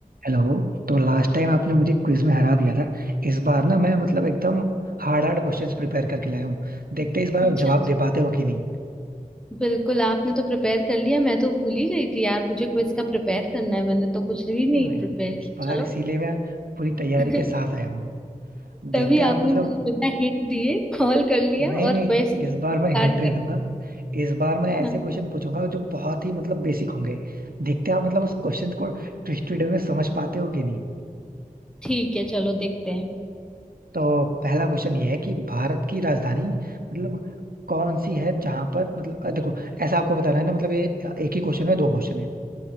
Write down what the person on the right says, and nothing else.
Hello तो last time आपने मुझे क्विज में हरा दिया था इस बार ना मैं मतलब एकदम हार्ड हार्ड क्वेश्चंस प्रिपेयर करके लाया हूँ देखते हैं इस बार
आप जवाब दे पाते हो कि नहीं
नहीं मैं
इस
बार
इसीलिए मैं पूरी तैयारी
के साथ आया हूँ देखते
हैं
आप मतलब
नहीं
नहीं
इस बार मैं हिंट नहीं
दूंगा इस बार मैं ऐसे
क्वेश्चन पूछूंगा जो बहुत ही मतलब बेसिक होंगे देखते हैं आप मतलब उस क्वेश्चन को ट्विस्टेड में समझ पाते हो कि नहीं
तो पहला क्वेश्चन ये है कि भारत की राजधानी मतलब कौन सी है जहां पर मतलब अ, देखो ऐसा आपको बताना है ना मतलब ये एक ही क्वेश्चन है दो क्वेश्चन है